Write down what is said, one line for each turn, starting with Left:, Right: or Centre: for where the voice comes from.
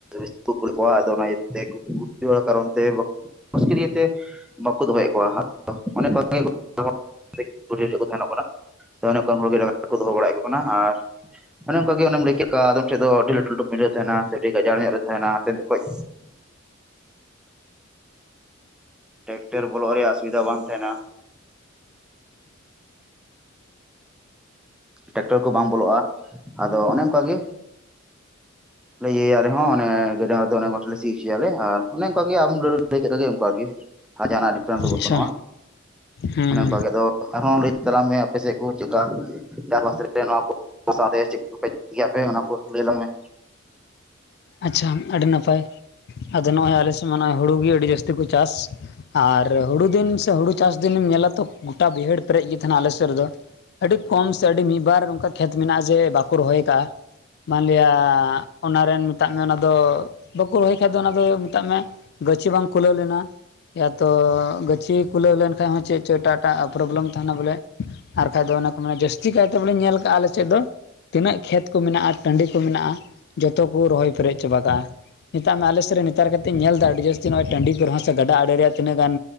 Centre: ᱤᱥᱠᱩᱞ ᱠᱚ ᱠᱩᱞᱮᱜ ᱠᱚᱣᱟ ᱟᱫᱚ ᱚᱱᱟ ᱤᱭᱟᱹᱛᱮ ᱠᱟᱨᱚᱱ ᱛᱮ ᱢᱩᱥᱠᱤᱞ ᱤᱭᱟᱹᱛᱮ ᱵᱟᱠᱚ ᱫᱚᱦᱚᱭᱮᱫ ᱠᱚᱣᱟ, ᱚᱱᱮ ᱵᱟᱝ <inaudible> ᱚᱱᱮ ᱚᱱᱠᱟ ᱜᱮ ᱚᱱᱮᱢ ᱞᱟᱹᱭ ᱠᱮᱫ ᱞᱮᱠᱟ ᱟᱫᱚᱢ ᱴᱷᱮᱡ ᱫᱚ ᱟᱹᱰᱤ ᱞᱟᱹᱴᱩ ᱞᱟᱹᱢ ᱨᱮ ᱛᱟᱦᱮᱱᱟ ᱥᱮ ᱟᱹᱰᱤ ᱜᱟᱡᱟᱲ ᱧᱚᱜ ᱨᱮ ᱛᱟᱦᱮᱱᱟ ᱦᱮᱱ ᱠᱷᱚᱡ ᱴᱮᱠᱴᱚᱨ ᱵᱚᱞᱚᱜ ᱨᱮᱭᱟᱜ ᱚᱥᱩᱵᱤᱫᱷᱟ ᱵᱟᱝ ᱛᱟᱦᱮᱸᱱᱟ᱾ ᱴᱮᱠᱴᱚᱨ ᱠᱚ ᱵᱟᱝ ᱵᱚᱞᱚᱜᱼᱟ ᱟᱫᱚ ᱚᱱᱮ ᱚᱱᱠᱟ ᱜᱮ ᱞᱟᱹᱭ ᱤᱭᱟᱹᱭᱟ ᱞᱮ ᱦᱚᱸ ᱚᱱᱮ ᱰᱟᱝ ᱨᱮᱫᱚ ᱚᱱᱮ ᱜᱚᱴ ᱞᱮ ᱥᱤ ᱦᱚᱪᱚᱭᱟᱞᱮ ᱟᱨ ᱚᱱᱮ ᱚᱱᱠᱟ ᱜᱮ ᱟᱢ ᱞᱟᱹᱭ ᱠᱮᱫ ᱜᱮ ᱚᱱᱠᱟᱜ ᱜᱮ, ᱟᱨ ᱡᱟᱦᱟᱱᱟᱜ ᱰᱤᱯᱷᱟᱨᱮᱱᱥ ᱫᱚ ᱵᱟᱹᱱᱩᱜᱼᱟ
Left: ᱟᱪᱪᱷᱟ ᱦᱮᱸ
Centre: ᱚᱱᱮ ᱚᱱᱠᱟᱜ ᱫᱚ ᱟᱨᱦᱚᱸ ᱞᱟᱹᱭ ᱛᱟᱞᱟᱝ ᱢᱮ ᱟᱯᱮ ᱥᱮᱫ ᱠᱚ ᱪᱮᱫᱠᱟ <unintelligible> ᱱᱚᱣᱟ ᱠᱚ ᱥᱟᱶ ᱯᱮ ᱜᱮᱭᱟᱯᱮ ᱚᱱᱟ ᱠᱚ ᱞᱟᱹᱭ ᱞᱟᱝ ᱢᱮ,
Left: ᱟᱪᱪᱷᱟ ᱟᱹᱰᱤ ᱱᱟᱯᱟᱭ ᱟᱫᱚ ᱱᱚᱜᱼᱚᱭ ᱟᱞᱮᱥᱮᱫ ᱢᱟ ᱱᱚᱜᱼᱚᱭ ᱦᱩᱲᱩ ᱜᱮ ᱟᱹᱰᱤ ᱡᱟᱹᱥᱛᱤ ᱠᱚ ᱪᱟᱥ᱾ ᱟᱨ ᱦᱩᱲᱩ ᱫᱤᱱ ᱥᱮ ᱦᱩᱲᱩ ᱪᱟᱥ ᱫᱤᱱᱮᱢ ᱧᱮᱞᱟ ᱛᱚ ᱜᱚᱴᱟ ᱵᱟᱹᱭᱦᱟᱹᱲ ᱯᱮᱨᱮᱡ ᱜᱮ ᱛᱟᱦᱮᱱᱟ ᱟᱞᱮ ᱥᱮᱫ ᱨᱮᱫᱚ᱾ ᱟᱹᱰᱤ ᱠᱚᱢ ᱥᱮ ᱟᱹᱰᱤ ᱢᱤᱫ ᱵᱟᱨ ᱚᱱᱠᱟ ᱠᱷᱮᱛ ᱢᱮᱱᱟᱜᱼᱟ ᱡᱮ ᱵᱟ ᱠᱚ ᱨᱚᱦᱚᱭ ᱟᱠᱟᱜᱼᱟ, ᱢᱟᱱᱞᱤᱭᱟ ᱚᱱᱟ ᱨᱮᱱ ᱢᱮᱛᱟᱜ ᱢᱮ ᱚᱱᱟ ᱫᱚ ᱵᱟᱠᱚ ᱨᱚᱦᱚᱭ ᱠᱷᱟᱡ ᱫᱚ ᱚᱱᱟ ᱫᱚ ᱢᱮᱛᱟᱜ ᱢᱮ ᱜᱟᱹᱪᱷᱤ ᱵᱟᱝ ᱠᱩᱞᱟᱹᱣ ᱞᱮᱱᱟ᱾ <unintelligible> ᱜᱟᱹᱪᱷᱤ ᱠᱩᱞᱟᱹᱣ ᱞᱮᱱᱠᱷᱟᱡ ᱦᱚᱸ ᱪᱮᱫ ᱪᱚ ᱮᱴᱟᱜ ᱮᱴᱟᱜ ᱯᱨᱚᱵᱞᱮᱢ ᱛᱟᱦᱮᱱᱟ ᱵᱚᱞᱮ ᱟᱨᱠᱟᱱ ᱫᱚ ᱚᱱᱟ ᱚᱱᱟ ᱡᱟᱹᱥᱛᱤ ᱠᱟᱭᱛᱮ ᱵᱚᱞᱮ ᱧᱮᱞ ᱠᱟᱜᱼᱟ ᱟᱞᱮ ᱥᱮᱫ ᱫᱚ᱾ ᱛᱤᱱᱟᱹᱜ ᱠᱷᱮᱛ ᱠᱚ ᱢᱮᱱᱟᱜᱼᱟ ᱴᱟᱺᱰᱤ ᱠᱚ ᱢᱮᱱᱟᱜᱼᱟ ᱡᱚᱛᱚ ᱠᱚ ᱨᱚᱦᱚᱭ ᱯᱮᱨᱮᱡ ᱪᱟᱵᱟ ᱠᱟᱜᱼᱟ ᱢᱮᱛᱟᱜ ᱢᱮ ᱟᱞᱮᱥᱮᱫ ᱨᱮ ᱱᱮᱛᱟᱨ ᱠᱟ ᱠᱟᱛᱮᱧ ᱧᱮᱞ ᱮᱫᱟ ᱟᱹᱰᱤ ᱡᱟᱹᱥᱛᱤᱜᱼ ᱴᱟᱺᱰᱤ ᱨᱮᱦᱚᱸ ᱥᱮ ᱜᱟᱰᱟ ᱟᱲᱮ ᱨᱮᱭᱟᱜ ᱛᱤᱱᱟᱹᱜ ᱜᱟᱱ